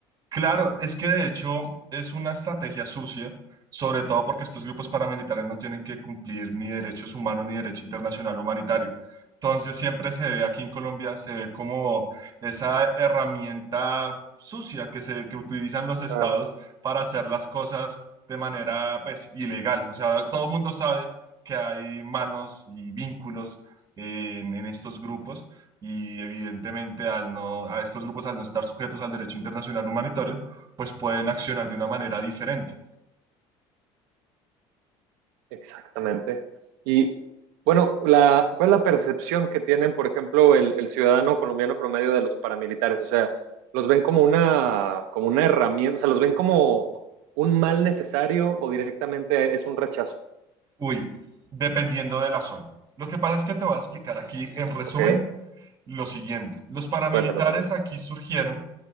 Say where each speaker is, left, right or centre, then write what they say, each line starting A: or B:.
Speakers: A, on the right; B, on the right.
A: Claro, es que de hecho es una estrategia sucia, sobre todo porque estos grupos paramilitares no tienen que cumplir ni derechos humanos ni derecho internacional humanitario. Entonces siempre se ve aquí en Colombia, se ve como esa herramienta sucia que se que utilizan los estados
B: Ah,
A: para hacer las cosas de manera pues ilegal. O sea, todo el mundo sabe que hay manos y vínculos en, en estos grupos y evidentemente al no, a estos grupos al no estar sujetos al derecho internacional humanitario, pues pueden accionar de una manera diferente.
B: Exactamente. Y bueno, la, ¿cuál es la percepción que tienen, por ejemplo, el, el ciudadano colombiano promedio de los paramilitares? O sea, ¿los ven como una, como una herramienta? O sea, ¿los ven como un mal necesario o directamente es un rechazo?
A: Uy, dependiendo de la zona. Lo que pasa es que te voy a explicar aquí en resumen
B: Ok,
A: lo siguiente. Los paramilitares
B: cuéntame, cuéntame.
A: aquí surgieron